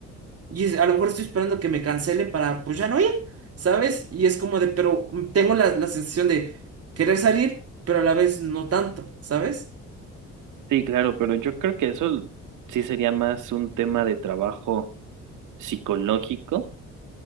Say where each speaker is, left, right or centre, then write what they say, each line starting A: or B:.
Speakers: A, on the right; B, on the right.
A: Y es- a lo mejor estoy esperando que me cancele para, pues ya no ir, ¿sabes? Y es como de, pero mm, tengo la, la sensación de querer salir, pero a la vez no tanto, ¿sabes?
B: Sí, claro, pero yo creo que eso sí sería más un tema de trabajo psicológico